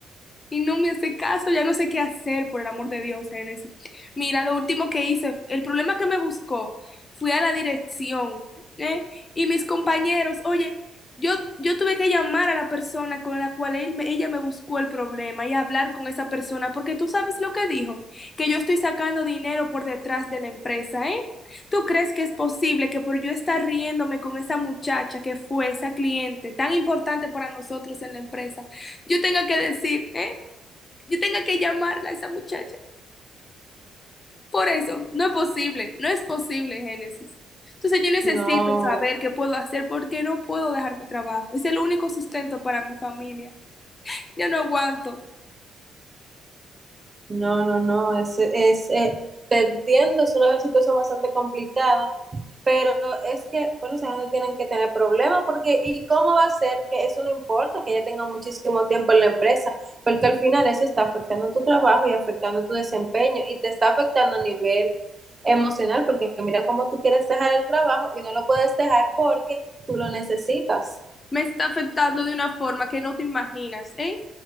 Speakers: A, on the left; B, on the right.
A: Y no me hace caso, ya no sé qué hacer, por el amor de Dios, Génesis. Mira, lo último que hice, el problema que me buscó, fui a la dirección, ¿eh? Y mis compañeros, oye, yo, yo tuve que llamar a la persona con la cual él me- ella me buscó el problema y hablar con esa persona, porque tú sabes lo que dijo, que yo estoy sacando dinero por detrás de la empresa, ¿eh? ¿Tú crees que es posible que por yo estar riéndome con esa muchacha que fue esa cliente tan importante para nosotros en la empresa, yo tenga que decir, ¿eh? Yo tenga que llamarla a esa muchacha. Por eso, no es posible, no es posible, Génesis. Entonces yo necesito
B: No.
A: saber qué puedo hacer porque no puedo dejar mi trabajo. Es el único sustento para mi familia. Ya no aguanto.
B: No, no, no, es, es, eh, te entiendo, es una situación bastante complicada, pero es que, bueno, esa gente tienen que tener problemas porque, ¿y cómo va a ser que eso no importa, que ya tenga muchísimo tiempo en la empresa? Porque al final eso está afectando tu trabajo y afectando tu desempeño y te está afectando a nivel emocional porque mira cómo tú quieres dejar el trabajo y no lo puedes dejar porque tú lo necesitas.
A: Me está afectando de una forma que no te imaginas, ¿eh?